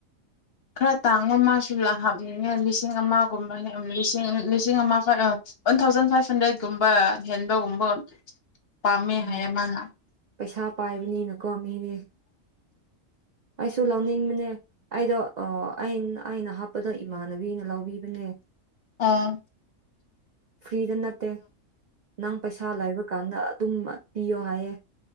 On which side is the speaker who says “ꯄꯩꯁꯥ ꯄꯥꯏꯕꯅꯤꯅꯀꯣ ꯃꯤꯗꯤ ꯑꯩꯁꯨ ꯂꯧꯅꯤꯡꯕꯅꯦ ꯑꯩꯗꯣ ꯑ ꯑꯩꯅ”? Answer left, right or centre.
Right